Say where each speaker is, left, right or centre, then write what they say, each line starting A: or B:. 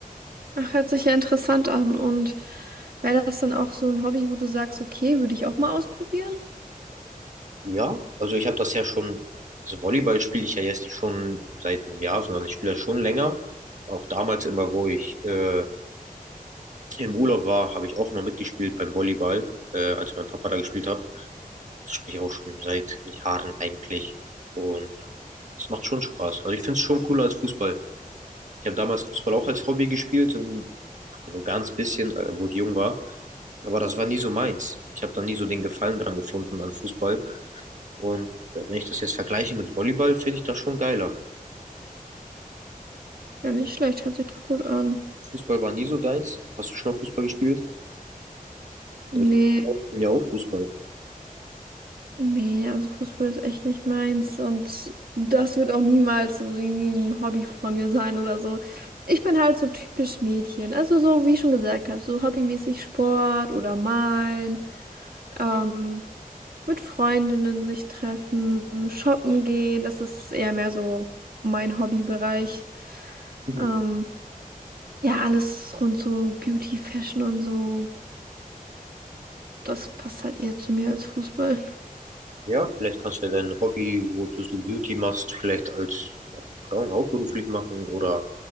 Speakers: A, on the right; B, on the right.
A: Ach, hört sich ja interessant an. Und wäre das dann auch so ein Hobby, wo du sagst, okay, würde ich auch mal ausprobieren?
B: Ja, also ich habe das ja schon, also Volleyball spiele ich ja jetzt nicht schon seit einem Jahr, sondern ich spiele das schon länger. Auch damals immer, wo ich äh, im Urlaub war, habe ich auch immer mitgespielt beim Volleyball, äh, als mein Papa da gespielt hat. Das spiele ich auch schon seit Jahren eigentlich. Und es macht schon Spaß. Also ich finde es schon cooler als Fußball. Ich habe damals Fußball auch als Hobby gespielt, ähm, nur ganz bisschen, äh, wo ich jung war. Aber das war nie so meins. Ich habe da nie so den Gefallen dran gefunden an Fußball. Und äh, wenn ich das jetzt vergleiche mit Volleyball, finde ich das schon geiler.
A: Ja, nicht schlecht, hört sich doch gut an.
B: Fußball war nie so deins. Hast du schon mal Fußball gespielt?
A: Nee.
B: Weil ich bin ja auch Fußball.
A: Nee, also Fußball ist echt nicht meins und das wird auch niemals so irgendwie ein Hobby von mir sein oder so. Ich bin halt so typisch Mädchen. Also so, wie ich schon gesagt habe, so hobbymäßig Sport oder malen, ähm, mit Freundinnen sich treffen, shoppen gehen. Das ist eher mehr so mein Hobbybereich.
B: <laughs>
A: Ähm, ja, alles rund so Beauty, Fashion und so. Das passt halt eher zu mir als Fußball.
B: Ja, vielleicht kannst du ja dein Hobby, wo du so Beauty machst, vielleicht als, ja, keine Ahnung, hauptberuflich machen oder